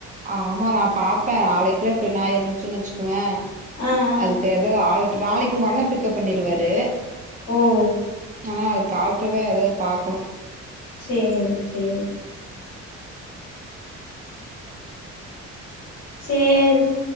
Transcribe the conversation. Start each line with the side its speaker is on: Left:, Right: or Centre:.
Right: ஆமா நா பாப்ப நாளைக்குள்ளப் த்து நாயி இருந்துச்சுன்னா வெச்சுக்கோவே
Left: ஆ ஆ
Right: அதுக்கு ஏதோ ஆள் நாளைக்கு உங்க அண்ண பிக் கப் பண்ணிருவாரு
Left: ஓ
Right: ஆ டாக்டருதா ஏதாவது பாக்கணு
Left: சேரி சேரி சேர்டி